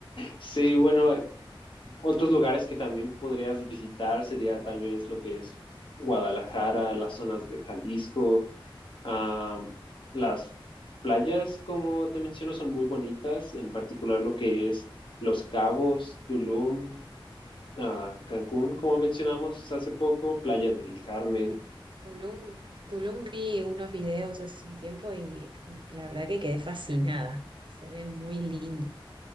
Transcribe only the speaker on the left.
Sí, bueno, Otros lugares que también podrías visitar sería tal vez lo que es Guadalajara, las zonas de Jalisco, ah, las playas, como te menciono, son muy bonitas, en particular lo que es Los Cabos, Tulum, ah, Cancún, como mencionamos hace poco, Playa del Carmen,